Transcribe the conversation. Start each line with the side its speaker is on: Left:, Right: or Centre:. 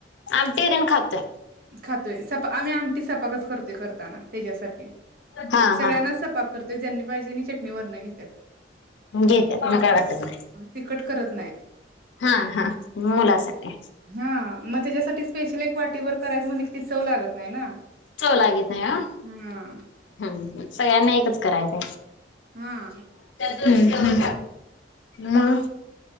Left: आमटी तेन खातोय.
Right: खातोय सपा आमी आमटी सपाक करतोय करताना तेज्यासाठी
Left: हा
Right: सगळ्यांना
Left: हा.
Right: सपाक कर ते ज्यांनी पहिजे नी चटणी वरनं घेत
Left: गेत्यात म काय वाटत नाही.
Right: तिकट करत नाही.
Left: हा हा मुलासाठी
Right: हं म तेज्यासाट स्पेशल एक वाटीभर करायचं म्हणलं की ती चव लागत नाही ना.
Left: चव लागेत नाही हां,
Right: हा
Left: हं-हं सगळ्यांना एकच कराय <inaudible>
Right: हां
Left: अम्-हम् म